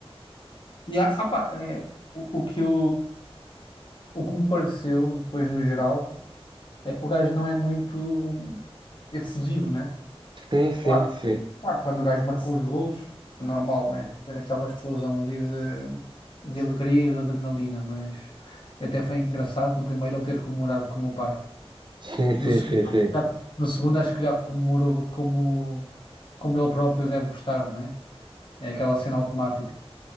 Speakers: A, on the left; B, on the right.
A: E há- ah, pá, é, o, o que eu, o que me pareceu depois no geral. é que o gajo não é muito efusivo, né?
B: Sim, sim,
A: Claro,
B: sim,
A: claro, quando o gajo marcou os golos, é normal, né? Ver aquela explosão ali de, de alegria e de adrenalina, mas até foi engraçado no primeiro ele ter comemorado como o pai.
B: sim, sim,
A: No segundo,
B: sim, sim,
A: acho que já, no segundo acho que já comemorou como, como ele próprio deve gostar, né? É aquela cena automática.